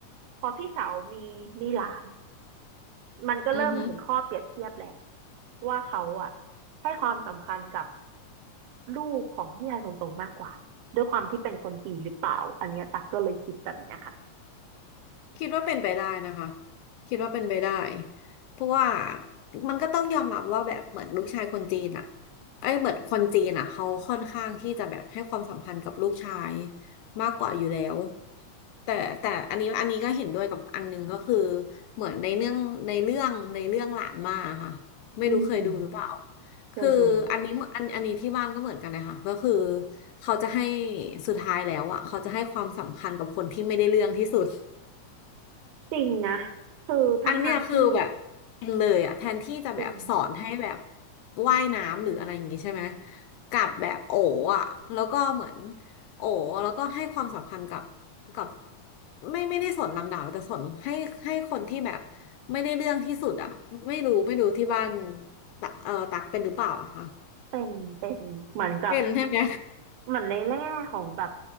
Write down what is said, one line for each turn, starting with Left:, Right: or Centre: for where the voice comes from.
Right: พอพี่สาวมีมีหลานมันก็เริ่มเห็นข้อเปรียบเทียบแหละ
Left: อือฮึ
Right: ว่าเขาอ่ะให้ความสำคัญกับ ลูกของพี่ชายคนโตมากกว่าด้วยความที่เป็นคนจีนหรือเปล่าอันเนี้ยตักก็เลยคิดแบบเนี้ยค่ะ
Left: คิดว่าเป็นไปได้นะคะคิดว่าเป็นไปได้เพราะว่ามันก็ต้องยอมรับว่าแบบเหมือนลูกชายคนจีนอ่ะไอ้ยเหมือนคนจีนอ่ะเขาค่อนข้างที่จะแบบให้ความสำคัญกับลูกชายมากกว่าอยู่แล้วแต่แต่อันนี้อันนี้ก็เห็นด้วยกับอันหนึงก็คือเหมือนในเรื่องในเรื่องในเรื่องหลานมาค่ะไม่รู้เคยดูหรือเปล่า
Right: อืมเคยดู
Left: คืออันนี้เหมือนอันอันนี้ที่บ้านก็เหมือนกันเลยค่ะก็คือเขาจะให้สุดท้ายแล้วอ่ะเขาจะให้ความสำคัญกับคนที่ไม่ได้เรื่องที่สุด
Right: จริงนะคือทั้งทางที่
Left: อันเนี้ยคือแบบเป็นเลยอะแทนที่จะแบบสอนให้แบบ
Right: จริง
Left: ว่ายน้ำหรืออะไรอย่างงี้ใช่ไหมกลับแบบโอ๋อะแล้วก็เหมือนโอ๋แล้วก็ให้ความสำคัญกับกับไม่ไม่ได้สนลำดับแต่สนให้ให้คนที่แบบไม่ได้เรื่องที่สุดอะไม่รู้ไม่รู้ที่บ้านตักเออตักเป็นหรือเปล่าอะคะ
Right: เป็นเป็นเหมือนกับ
Left: เป็นใช่ไหม
Right: เหมือนในแง่ของแบบ